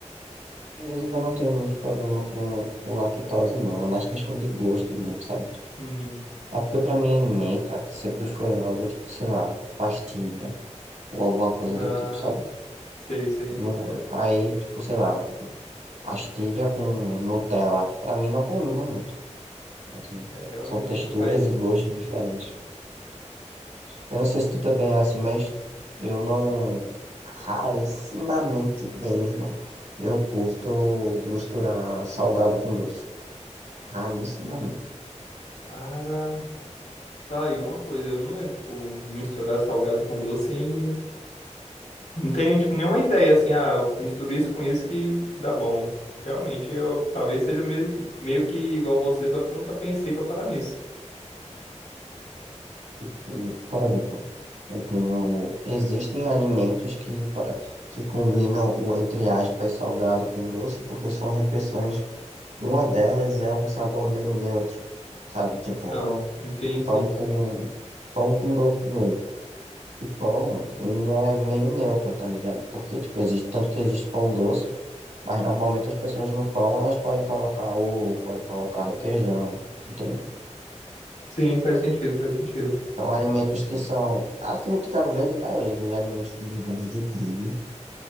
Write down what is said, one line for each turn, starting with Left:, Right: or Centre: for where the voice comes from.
Right: Acredito que eu não tenho muito problema com, com lactose, não. É mais questão de gosto mesmo, sabe?
Left: Uhum.
Right: Ah, porque pra mim, menta sempre foi algo, tipo, sei lá, pastilha ou alguma coisa
Left: Ah,
Right: do tipo, sabe?
Left: sei, sei.
Right: No,
Left: É,
Right: aí, tipo, sei lá, pastilha com Nutella, pra mim não combina muito. assim.
Left: é, realmente
Right: são texturas
Left: não faz.
Right: e gostos diferentes. Eu não sei se tu também é assim, mas eu não, rarissimamente mesmo, eu curto misturar salgado com doce. Alucinamento.
Left: Cara, tá aí uma coisa. Eu não lembro, tipo, misturar salgado com doce e não tenho, tipo, nenhuma ideia, assim, ah, eu misturo isso com isso que, que dá bom. Realmente, eu talvez seja meio, meio que igual você, só que eu nunca pensei pra parar nisso.
Right: Porque, por exemplo, eu tenho. Existem alimentos que, para, que combinam o, entre aspas, salgado com doce, porque são refeições. Uma delas é um sabor meio neutro, sabe? Tipo,
Left: Então, enfim, sim.
Right: pão com, pão com doce de leite. O pão, ele é meio neutro, tá ligado? Porque, tipo, existe, tanto que existe pão doce, mas normalmente as pessoas no pão, elas podem colocar ovo, podem colocar requeijão. Tem
Left: Sim, faz sentido, faz sentido.
Right: São alimentos que são, acredito que a grande maioria dos alimentos derivados de trigo